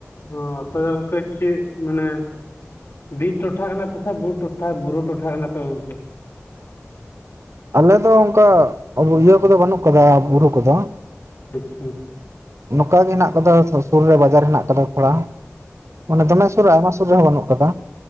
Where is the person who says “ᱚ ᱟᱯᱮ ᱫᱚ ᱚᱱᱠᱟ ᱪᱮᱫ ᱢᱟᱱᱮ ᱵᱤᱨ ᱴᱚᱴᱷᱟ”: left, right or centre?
Left